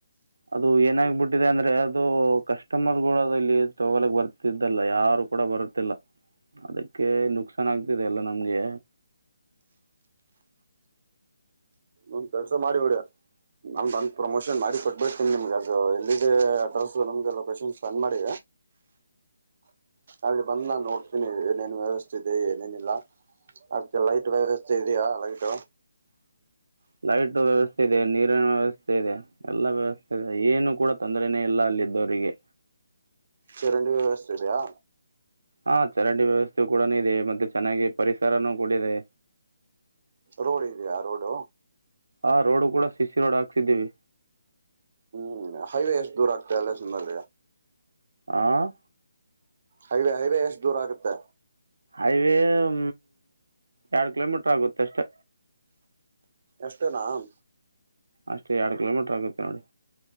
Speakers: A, on the right; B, on the right.
A: ಅದು ಏನಾಗಬಿಟ್ಟಿದೆ ಅಂದ್ರೆ ಅದು ಕಸ್ಟಮರಗಳು ಇಲ್ಲಿ ತಗೊಳಕ್ ಬರ್ತಿದ್ದಲ್ಲ ಯಾರು ಕೂಡ ಬರುತ್ತ. ಲ್ಲ ಅದಕ್ಕೆ ನುಕ್ಸಾನ್ ಆಗ್ತಿದೆ ಎಲ್ಲ ನಮ್ಗೆ.
B: ಒಂದ್ ಕೆಲಸ ಮಾಡಿ ಹೊಡ್ಯ ನಮ ಬಂದು ಪ್ರಮೋಷನ್ ಮಾಡಿ ಕೊಟ್ಬತನಿ ನಿಮ್ಗೆಗ ಎಲ್ಲಿದ್ದ ಅಡ್ರೆಸ್ಸ ನಮಗೆ ಲೊಕೇಶನ್ ಸೆಂಡ್ ಮಾಡಿ. ಅಲ್ಲಿ ಬಂದ್ ನಾನ ನೋಡ್ತೀನಿ ಏನೇನು ವ್ಯವಸ್ಥೆದೆ ಏನೇನಿಲ್ಲ. ಅದಕ್ಕೆ ಲೈಟ್ ವ್ಯವಸ್ಥೆ ಇದೆಯಾ ಲೈಟ್.
A: ಲೈಟ್ ವ್ಯವಸ್ಥೆ ಇದೆ ನೀರಿನ ವ್ಯವಸ್ಥೆ ಇದೆ. ಎಲ್ಲ ವ್ಯವಸ್ಥೆದೆ ಏನು ಕೂಡ ತೊಂದ್ರನೇ ಇಲ್ಲ ಅಲ್ಲಿದ್ದವರಿಗೆ.
B: ಚರಂಡಿ ವ್ಯವಸ್ಥೆ ಇದೆಯಾ.
A: ಹಾ ಚರಂಡಿ ವ್ಯವಸ್ಥೆ ಕೂಡೂ ಇದೆ ಮತ್ತೆ ಚೆನ್ನಾಗಿ ಪರಿಸರನೂ ಕೂಡ ಇದೆ.
B: ರೋಡ ಇದೆಯ ರೋಡ್.
A: ಆ ರೋಡ್ ಕೂಡ ಸಿಸಿ ರೋಡ್ ಹಕ್ಸಿದ್ದೀವಿ.
B: ಹ್ಮ್ ಹೈವೇ ಎಷ್ಟು ದೂರ ಆಗ್ತದೆ ಅಲ್ಲ ಸುಮರ್.
A: ಆ.
B: ಹೈವೆ ಹೈವೇ ಎಷ್ಟು ದೂರ ಆಗುತ್ತೆ
A: ಹೈವೇ ಹ ಎರಡು ಕಿಲೋಮೀಟರ್ ಆಗುತ್ತೆ ಅಷ್ಟೇ
B: ಎಷ್ಟೇ ರಾಮ
A: ಅಷ್ಟ ಎರಡು ಕಿಲೋಮಟರ್ ಆಗುತ್ತೆ ನೋಡಿ